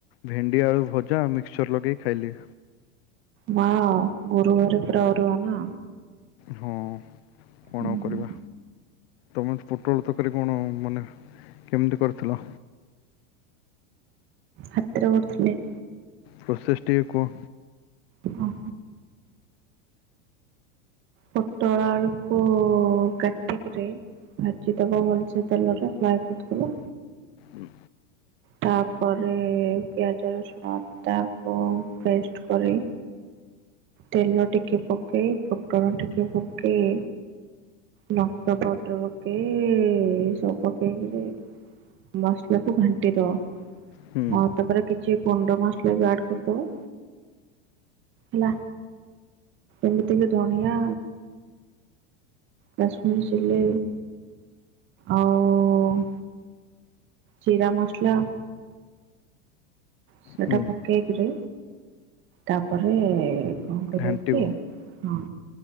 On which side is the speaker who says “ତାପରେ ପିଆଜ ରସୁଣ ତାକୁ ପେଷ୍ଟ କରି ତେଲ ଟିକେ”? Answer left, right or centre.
Right